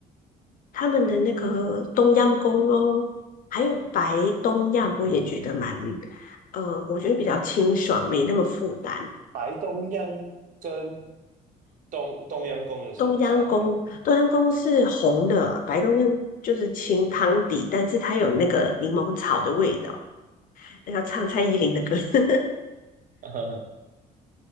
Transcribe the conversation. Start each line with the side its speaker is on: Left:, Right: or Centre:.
Left: 他们的那个冬阴功哦，还有白冬阴我也觉得蛮，呃，我觉得比较清爽，没那么负担。
Right: 白东央跟东东央宫有什么差别？
Left: 冬阴功冬阴功是红的，白东阳就是清汤底，但是它有那个柠檬草的味道，那唱蔡依林的歌，<laughs>
Right: <laughs>